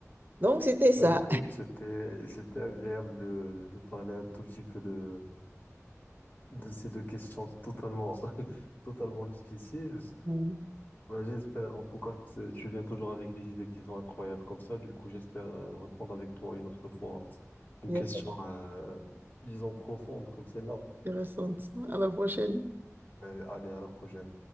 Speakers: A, on the right (about 40°); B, on the left (about 35°).
A: Donc, c'était ça.
B: Bah, écoute, c'était, c'était agréable de, de parler un tout petit peu de, de ces deux questions totalement, <laughs> totalement difficiles.
A: Mhm.
B: Bah, j'espère, en tout cas, tu tu viens toujours avec des idées qui sont incroyables comme ça. Du coup, j'espère euh, reprendre avec toi une autre fois une
A: Il
B: question,
A: y a
B: euh, disons, profonde comme celle-là.
A: intéressant. À la prochaine.
B: Euh, allez, à la prochaine.